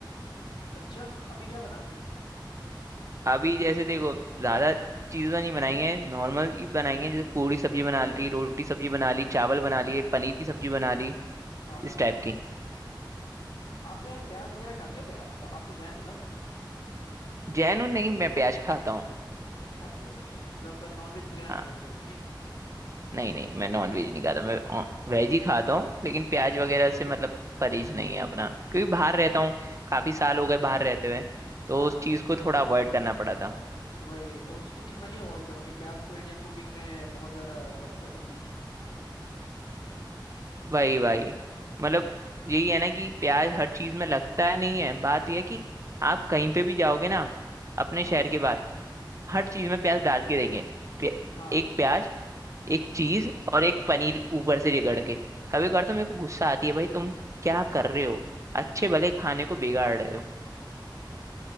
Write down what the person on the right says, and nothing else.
अभी जैसे देखो ज्यादा चीजें नहीं बनाएंगे नॉर्मल ही बनाएंगे जैसे पूरी सब्जी बना ली रोटी सब्जी बना ली चावल बना लिए पनीर की सब्जी बना ली
इस टाइप की
जैनू नहीं मैं प्याज खाता हूँ
हाँ
नहीं नहीं मैं नॉन वेज नहीं खाता मैं वेज ही खाता हूँ लेकिन प्याज
वगैरह से मतलब परहेज नहीं है अपना क्योंकि बाहर रहता हूँ काफी
साल हो गए बाहर रहते हुए तो
उस
चीज को थोड़ा अवॉइड करना पड़ा था
वही वही मतलब यही है ना कि प्याज हर चीज में लगता है नहीं है बात यह है कि आप कहीं पे भी जाओगे ना अपने
शहर के बाहर हर
चीज में प्याज डाल के देंगे प्या,
एक प्याज एक चीज और एक पनीर ऊपर से रगड़ के कभी कभार तो मेरे को गुस्सा आती है भाई तुम क्या कर रहे हो अच्छे भले खाने को बिगाड़ रहे हो